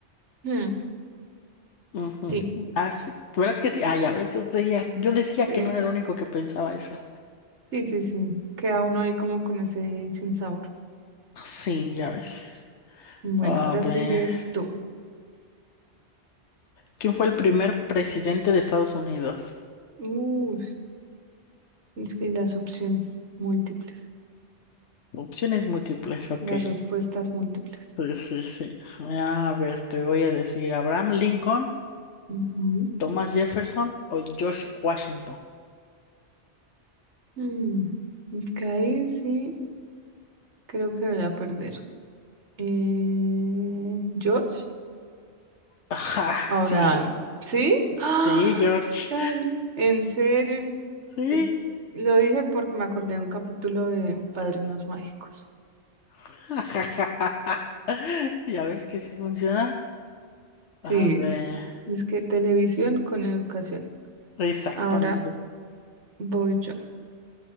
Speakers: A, on the right (about 80°); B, on the left (about 80°).
A: Mm,
B: Ujú.
A: sí,
B: Ah, sí. ¿Verdad que sí? Ah, ya ves, yo decía, yo decía
A: sí.
B: que no era el único que pensaba eso.
A: Sí, sí, sí. Queda uno ahí como con ese sin sabor.
B: Sí, ya ves.
A: Bueno,
B: A
A: ahora
B: ver.
A: sigues tú.
B: ¿Quién fue el primer presidente de Estados Unidos?
A: Uh, es que las opciones múltiples,
B: Opciones múltiples, ok.
A: las respuestas múltiples.
B: Sí, sí, sí. A ver, te voy a decir, ¿Abraham Lincoln,
A: Ujú.
B: Thomas Jefferson o George Washington?
A: Mm, es que ahí sí creo que voy a perder. Eh, George,
B: <laughs> Ajá,
A: ahora,
B: sí.
A: ¿sí? ¡Ah!
B: Sí, George.
A: Gan- En serio,
B: Sí.
A: Yo- lo dije porque me acordé de un capítulo de Padrinos Mágicos.
B: <laughs> Ya ves que sí funciona. A
A: Sí,
B: ver,
A: es que televisión con educación.
B: exactamente.
A: Ahora Voy yo